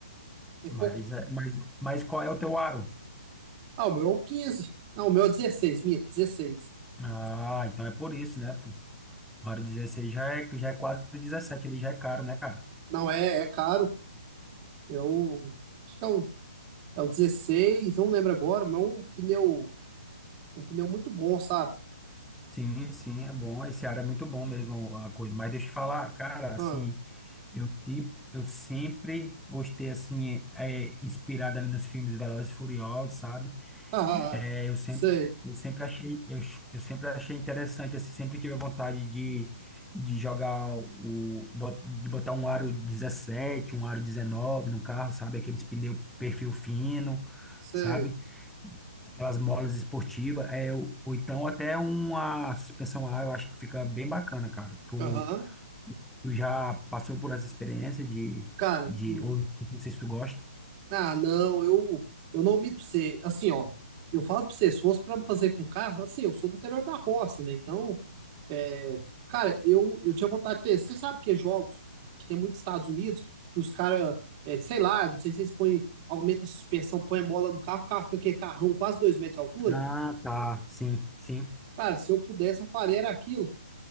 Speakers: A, on the right; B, in the centre.
A: tem
B: mas,
A: pouco.
B: é- mas, mas qual é o teu aro?
A: Ah, o meu é o 15. Não, o meu é o dezesseis, minha, 16.
B: Ah, então é por isso, né? pô? O aro 16 já é, já é quase o dezessete ele já é caro, né, cara?
A: Não, é, é caro. É o. Acho que é o, é o dezesseis. não lembro agora, mas é um pneu. Um pneu muito bom, sabe?
B: Sim, sim, é bom. Esse aro é muito bom mesmo, a coisa. Mas deixa eu te falar, cara,
A: Ah,
B: assim. Eu, se- eu sempre gostei, assim, é, é, inspirado ali nos filmes Velozes e Furiosos, sabe?
A: ah, ah,
B: É,
A: ah.
B: eu sempre,
A: sei,
B: eu sempre achei, eu, eu sempre achei interessante, assim, sempre tive a vontade de, de jogar o, bot- de botar um aro 17, um aro 19 no carro, sabe? Aqueles pneu perfil fino,
A: sei.
B: sabe? Aquelas molas esportivas, é, ou ou então até uma suspensão A, eu acho que fica bem bacana, cara. Tu,
A: Aham.
B: tu já passou por essa experiência de,
A: Cara,
B: de,
A: hum,
B: ou não sei se tu gosta.
A: ah, não, eu, eu não minto pra você. Assim, ó. Eu falo pra você, se fosse pra me fazer com carro, assim, eu sou do interior da roça, né? Então. É, cara, eu, eu tinha vontade de ter. Você sabe que é jogos que tem muito nos Estados Unidos, que os caras, sei lá, não sei se eles põem, aumenta a suspensão, põe mola no carro, o carro fica aqui, carrão, quase dois metros de altura.
B: Ah, tá, sim, sim.
A: Cara, se eu pudesse, eu faria era aquilo.